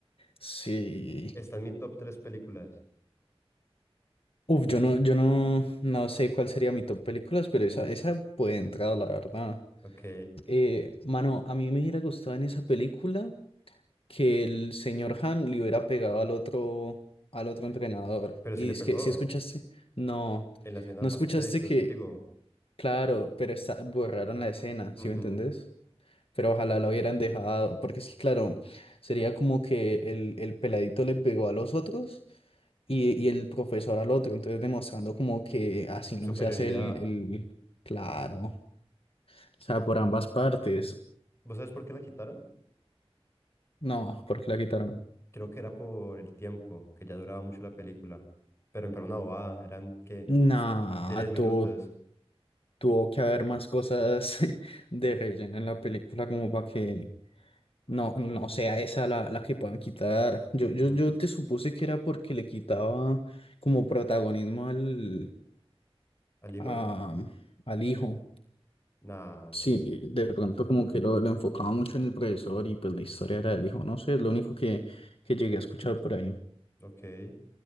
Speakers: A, on the left; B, on the left.
A: Sí.
B: Está en mi top 3 películas.
A: Uf, yo no, yo no, no sé cuál sería mi top películas, pero esa, esa puede entrar, la verdad.
B: Ok.
A: Eh, mano, a mí me hubiera gustado en esa película que el señor Han le hubiera pegado al otro, al otro entrenador.
B: Pero
A: Y
B: sí le
A: es
B: pegó
A: que, si escuchaste? No,
B: en la escena
A: no
B: postcrédito.
A: escuchaste que,
B: Digo,
A: claro, pero está, borraron la escena,
B: ujú,
A: ¿sí me entendés? Pero ojalá la hubieran dejado, porque es que claro, sería como que el, el peladito le pegó a los otros y, y el profesor al otro, entonces demostrando como que así no
B: Superioridad.
A: se hace el, el... Claro, o sea, por ambas partes.
B: ¿Vos sabés por qué la quitaron?
A: No, porque la quitaron.
B: Creo que era por el tiempo, que ya duraba mucho la película. Pero en una bobada, eran, ¿qué?
A: Nah,
B: Tres minutos.
A: tu- tuvo que haber más cosas <laughs> de relleno en la película como para que no, no sea esa la, la que puedan quitar. Yo, yo,
B: Mm,
A: yo te supuse que era porque le quitaba como protagonismo al...
B: ¿Al hijo?
A: a- al hijo.
B: Nah,
A: Sí,
B: pues,
A: de pronto como que lo, lo enfocaba mucho en el profesor y pues la historia era del hijo, no sé, es lo único que, que llegué a escuchar por ahí.
B: ok.